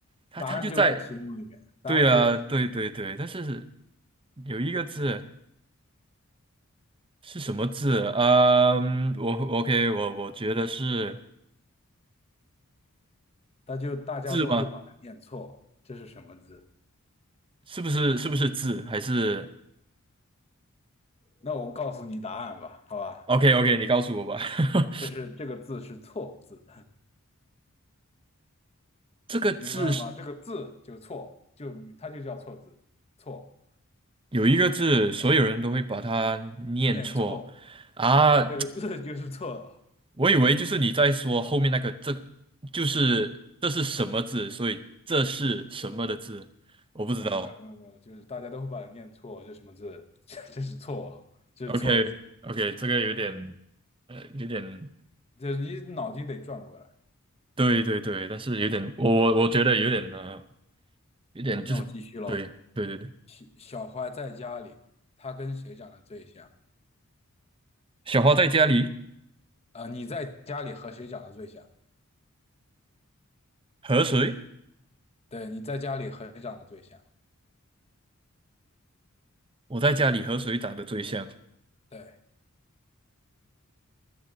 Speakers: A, on the right; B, on the left.
A: 它它就在，
B: 答案就在题目里面，答案就在题目里面，
A: 对啊，对对对，但是有一个字是什么字？嗯，我 OK，我我觉得是
B: 大就大家都会把它念错。
A: 字吗？
B: 这是什么字？
A: 是不是是不是字？还是
B: 那我告诉你答案吧，好吧？
A: OK OK，你告诉我吧。<laughs>
B: 这是这个字是错字，<laughs>
A: 这个字是。
B: 明白了吗？这个字就错，就它就叫错字，错，
A: 有一个字，所有人都会把它念错
B: 念错，
A: 啊！
B: 这个字就是错。了。
A: <tsk> 我以为就是你在说后面那个，这就是这是什么字，所以这是什么的字，我不知道。
B: 哦，没有没有没有，就是大家都会把它念错，这什么字？<laughs> 这是错，这是错字，
A: OK OK，这个有点呃，有点
B: 就是你脑筋得转过来。
A: 对对对，但是有点我我我觉得有点呃，有点就是对对对对。
B: 那我继续喽。小小花在家里，她跟谁长得最像？
A: 小花在家里
B: 啊、你在家里和谁长得最像？
A: 和谁？
B: 对，你在家里和谁长得最像？
A: 我在家里和谁长得最像？
B: 对，